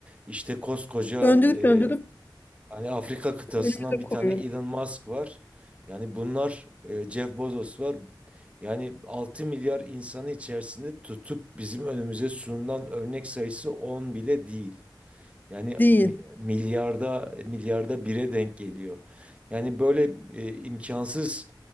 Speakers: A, on the right (about 15°); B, on the left (about 25°).
A: İşte koskoca
B: Döndürüp
A: e,
B: döndürüp
A: hani Afrika kıtasından
B: önümüze
A: bir
B: koyuyorlar.
A: tane Elon Musk var. Yani bunlar e, Jeff Bezos var. Yani 6 milyar insanı içerisinde tutup bizim önümüze sunulan örnek sayısı 10 bile değil. Yani
B: Değil.
A: mi- milyarda milyarda bire denk geliyor. Yani böyle e, imkansız